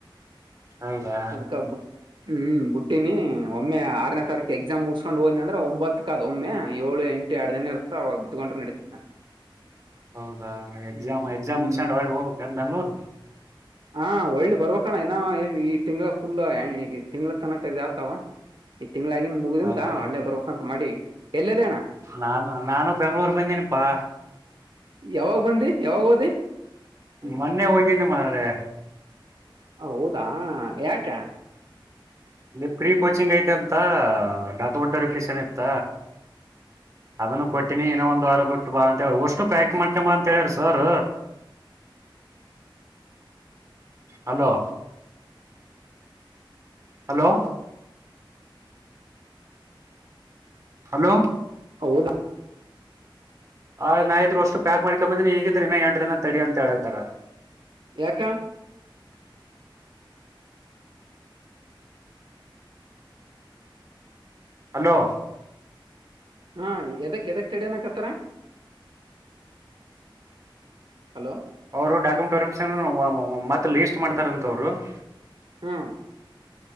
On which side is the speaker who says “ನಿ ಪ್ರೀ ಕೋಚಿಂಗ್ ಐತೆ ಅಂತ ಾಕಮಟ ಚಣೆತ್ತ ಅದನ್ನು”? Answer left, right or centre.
Right